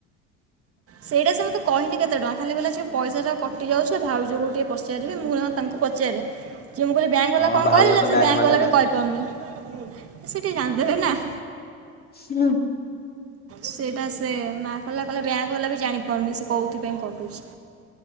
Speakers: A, on the right; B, on the left.
A: ସେଇଟା ସେମିତି କହିନି କେତେ ଟଙ୍କା ଖାଲି କହିଲା ଝିଅ ପଇସା ଟା କଟି ଯାଉଛି ଆଉ ଭାଉଜକୁ ଟିକେ ପଚାରିବିକହିଲି ହଁ ମୁଁ ତାଙ୍କୁ ପଚାରେ ଯିଏ ପଚାରିଲେ ବ୍ୟାଙ୍କ ବାଲା
B: ହଁ
A: କଣ
B: ଭାଉଜ
A: କହିଲେ?
B: ତ
A: ସେ ବ୍ୟାଙ୍କ ବାଲା
B: ନା।
A: ବି କହିପାରୁନି। ସେ ଟିକେ ଜାଣି ଦେବେନା। ନା
B: ହୁଁ।
A: ସେଇଟା ସେ ମା କହିଲା କହିଲା ବ୍ୟାଙ୍କ ବାଲା ବି ଜାଣିପାରୁନି ସେ କୋଉଁଥିପାଇଁ କଟୁଚି।